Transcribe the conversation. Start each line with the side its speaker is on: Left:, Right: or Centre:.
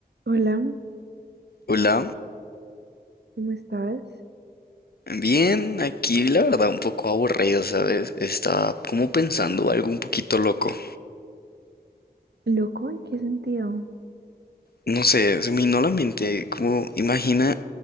Right: Hola,
Left: Hola,
Right: ¿cómo estás?
Left: bien, aquí la verdad un poco aburrido, ¿sabes? Estaba como pensando algo un poquito loco.
Right: ¿Loco? ¿En qué sentido?
Left: No sé, se me vino a la mente, como imagina